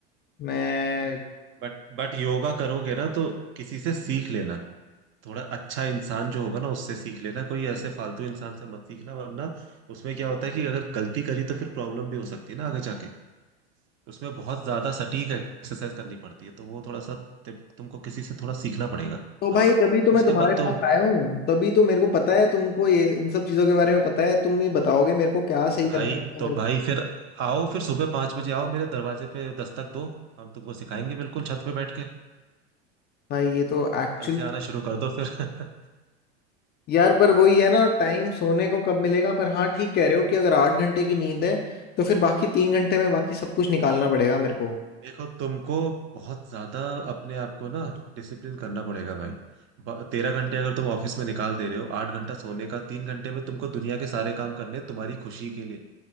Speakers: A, on the left (about 30°); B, on the right (about 35°).
A: मैं
B: बट बट योगा करोगे ना तो किसी से सीख लेना थोड़ा अच्छा इंसान जो होगा ना उससे सीख लेना कोई ऐसे फालतू इंसान से मत सीखना वरना उसमें क्या होता है कि अगर गलती करी तो फिर प्रॉब्लम भी हो सकती है ना आगे जाके उसमें बहुत ज्यादा सटीक एक्सरसाइज करनी पड़ती है तो वो थोड़ा सा ते- तुमको किसी से थोड़ा सीखना पड़ेगा
A: तो भाई
B: बस
A: तभी तो मैं
B: उसके
A: तुम्हारे
B: बाद
A: पास
B: तो,
A: आया हूँ तभी तो मेरे को पता है तुमको ये इन सब चीजों के बारे में पता है तुम ही बताओगे मेरे को क्या
B: तो
A: सही करना
B: भाई
A: है तो
B: तो
A: मेरे को
B: भाई फिर आओ फिर सुबह पांच बजे आओ मेरे दरवाजे पे दस्तक दो हम तुमको सिखाएंगे बिल्कुल छत पे बैठ के
A: भाई ये तो एक्चुअली
B: कल से आना शुरू कर दो फिर
A: यार पर वही है ना टाइम सोने को कब मिलेगा पर हाँ ठीक कह रहे हो कि अगर आठ घंटे की नींद है तो फिर बाकी तीन घंटे
B: <laughs>
A: में बाकी सब कुछ निकालना पड़ेगा मेरे को
B: देखो तुमको बहुत ज्यादा अपने आप को ना डिसिप्लिन करना पड़ेगा भाई ब- तेरह घंटे अगर तुम ऑफिस में निकाल दे रहे हो आठ घंटा सोने का तीन घंटे में तुमको दुनिया के सारे काम करने हैं तुम्हारी खुशी के लिए